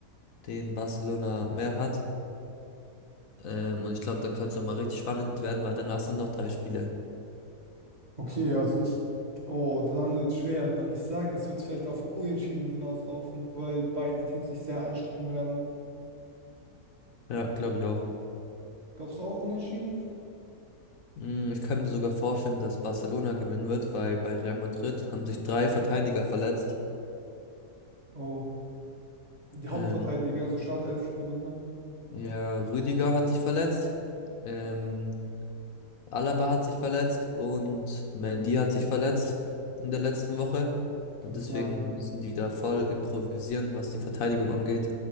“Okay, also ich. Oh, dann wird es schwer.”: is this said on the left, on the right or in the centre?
Right